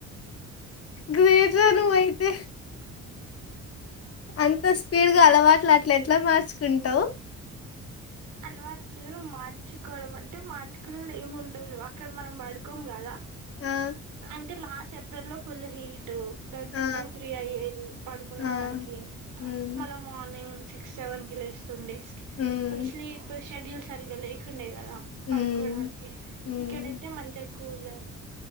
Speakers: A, on the left (about 50°); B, on the right (about 85°).
A: గిజదు వైప్ అంత స్పీడ్ గా అలవాట అట్ల ఎట్లా మార్చుకుంటవ్
B: అలవాట్లు మార్చుకోవడం అంటే మార్చుకోన్నడు ఏమి ఉండదు ఇక్కడ మనం పడుకోం కదా
A: ఆ
B: అంటే లాస్ట్ ఏప్రిల్లో ఫుల్ హీట్ టూ
A: ఆ
B: త్రీ అయ్యేది పడుకునే
A: ఆ
B: సరికి
A: హ్మ్
B: మళ్ళా మార్నింగ్ సిక్స్ సెవెన్ కి లేస్తుండేస్
A: హ్మ్
B: అది స్లీప్ షెడ్యూల్ సరిగా లేకుండే కదా
A: హ్మ్
B: పడుకోడానికి
A: హ్మ్
B: ఇక్కడైతే మంచిగ స్కూల్